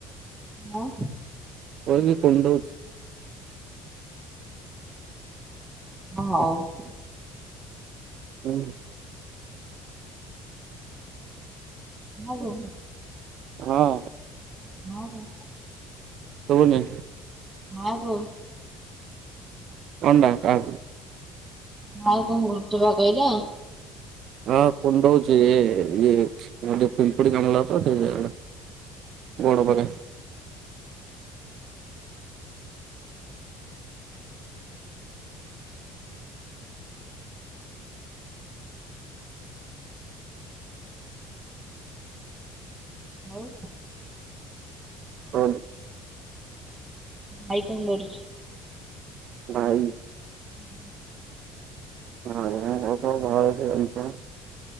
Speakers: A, on the right; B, on the right.
A: ହଁ।
B: କହିଲି କୁଣ୍ଡଉଛି।
A: ହଁ ହଉ।
B: ହୁଁ।
A: ହାଲୋ।
B: ହଁ।
A: ହଁ ହଉ।
B: ଶୁବୁନି।
A: ଆଉ କହ
B: କଣଡା ହେଲା ହେଟୁ
A: ଆଉ କଣ କରୁଚ ବା କହିଲ।
B: ହଁ କୁଣ୍ଡଉଛି ଇଏ ପିମ୍ପୁଡି କାମୁଡିଲା ତ ସେ ଗୁଡ଼ ପାଖେ।
A: ହଉ।
B: ହଉ।
A: ଭାଇ କଣ ଧରିଛି?
B: ଭାଇ।
A: ହୁଁ
B: <inaudible>